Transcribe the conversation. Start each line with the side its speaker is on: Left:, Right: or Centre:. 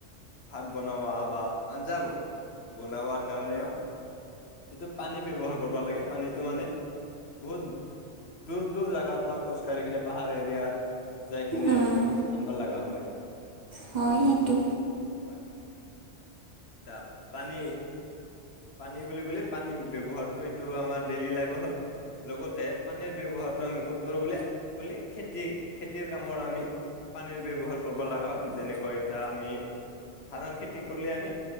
Left: ভাত বনাৱা বা আঞ্জাৱবোৰ বনাবোৱাৰ কাৰণেও সেইটো পানী ব্যৱহাৰ কৰিব লাগে পানীটো মানে বহুত দূৰ দূৰ জাগাৰ পৰা খোজকাঢ়ি কিনে পাহাৰ এৰিয়াত যাই কিনে
Right: উম,
Left: আনবা লগা হয়।
Right: হয় সেইটো
Left: হয় তা পানী পানী বুলি ক'লে পানী ব্যৱহাৰটো এইটো আমাৰ ডেইলি লাইফৰ হক লগতে পানীৰ ব্যৱহাৰটো আমি ক'ত কৰোঁ বুলি কলি খেতি, খেতিৰ কামৰ আমি পানীৰ ব্যৱহাৰ কৰবা লগা হয়। যেনেকে এতিয়া আমি ধানৰ খেতি কৰিলে আমি-